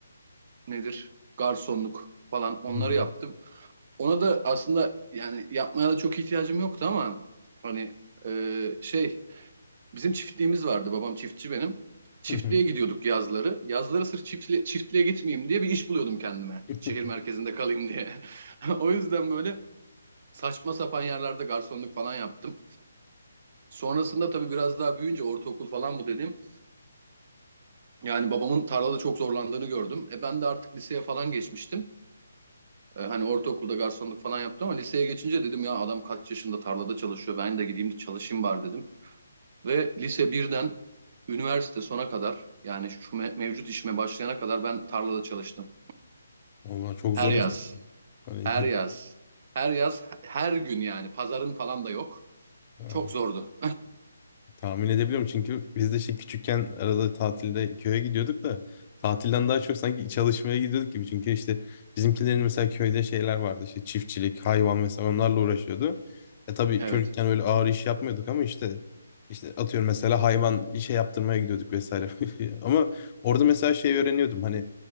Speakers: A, on the right; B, on the left.
A: nedir? Garsonluk falan onları
B: Hı hı.
A: yaptım. Ona da aslında yani yapmaya da çok ihtiyacım yoktu ama hani e, şey bizim çiftliğimiz vardı babam çiftçi benim. Çiftliğe
B: Hı hı.
A: gidiyorduk yazları. Yazları sırf çiftli, çiftliğe gitmeyeyim diye bir iş buluyordum kendime.
B: <laughs>
A: Şehir merkezinde kalayım diye. <laughs> O yüzden böyle saçma sapan yerlerde garsonluk falan yaptım. Sonrasında tabii biraz daha büyüyünce ortaokul falan bu dediğim. Yani babamın tarlada çok zorlandığını gördüm. E ben de artık liseye falan geçmiştim. E, hani ortaokulda garsonluk falan yaptım ama liseye geçince dedim ya adam kaç yaşında tarlada çalışıyor ben de gideyim çalışayım bari dedim. Ve lise birden üniversite sona kadar yani şu şu me- mevcut işime başlayana kadar ben tarlada çalıştım.
B: Vallahi çok
A: Her
B: zor
A: yaz,
B: iş. Hani
A: her yaz, her yaz, her gün yani pazarın falan da yok.
B: <laughs>
A: Çok zordu.
B: Tahmin edebiliyorum çünkü biz de işte küçükken arada tatilde köye gidiyorduk da tatilden daha çok sanki çalışmaya gidiyorduk gibi. Çünkü işte bizimkilerin mesela köyde şeyler vardı işte çiftçilik, hayvan mesela onlarla uğraşıyordu. E tabii
A: Evet.
B: çocukken böyle ağır iş yapmıyorduk ama işte işte atıyorum mesela hayvan işe yaptırmaya gidiyorduk vesaire. <laughs> Ama orada mesela şey öğreniyordum hani